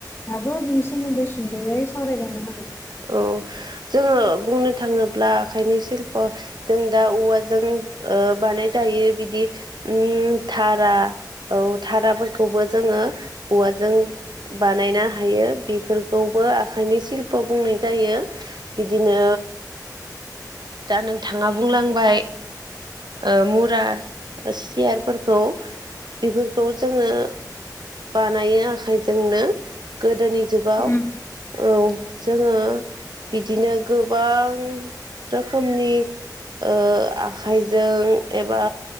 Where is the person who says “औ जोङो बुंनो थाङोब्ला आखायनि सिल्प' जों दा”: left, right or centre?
Right